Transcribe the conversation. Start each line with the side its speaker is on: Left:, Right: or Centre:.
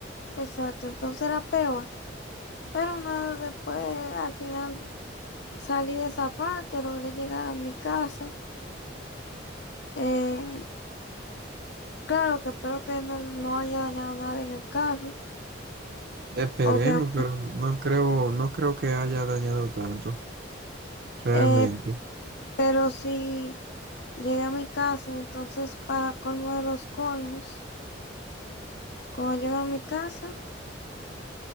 Left: exacto. Entonces era peor. Pero nada, después al final salí de esa parte, logré llegar a mi casa. Eh, claro que espero que no, no haya dañado nada en el carro,
Right: Esperemos,
Left: obviamente.
Right: pero no creo, no creo que haya dañado tanto, realmente.
Left: Eh, pero sí llegué a mi casa, y entonces para colmo de los colmos, cuando llego a mi casa,